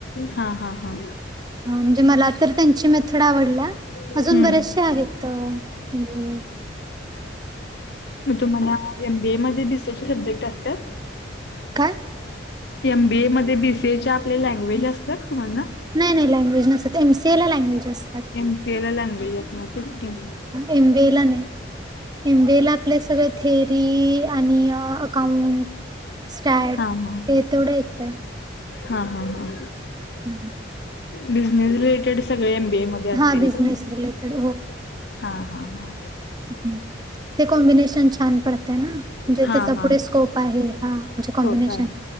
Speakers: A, on the left (about 60°); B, on the right (about 20°).
A: हा हा हा
B: ह म्हणजे मला तर त्यांची मेथड आवडल्या
A: हम्म
B: अजून बरेचसे आहेत ह्.
A: मग तुम्हाला एमबीए मध्ये बीसी चे सब्जेक्ट असते.
B: काय.
A: एमबीए मध्ये बी सी ए चे आपले लँग्वेज असतात तुम्हाला
B: नाही नाही लँग्वेज नसत एम सीए ला लँग्वेज असतात.
A: एमसीए ला लँग्वेजे अस ना तेचकम
B: एमबी ए ला नाही एमबी ए ला आपल्या सगळ थेअरी आणि अकाउंट स्टॅट
A: हा हा
B: हे तेवढं येतंय.
A: हा हा हा
B: हम्म.
A: बिझनेस रिलेटेड सगळे एमबीए मध्ये असतील
B: हा बिझनेस
A: का?
B: रिलेटेड
A: हा हा हा
B: ह ते कॉम्बिनेशन छान पडते ना म्हणजे
A: हा
B: त्याचा
A: हा
B: पुढे स्कोप आहे. हा म्हणजे कॉम्बिनेशन.
A: को काय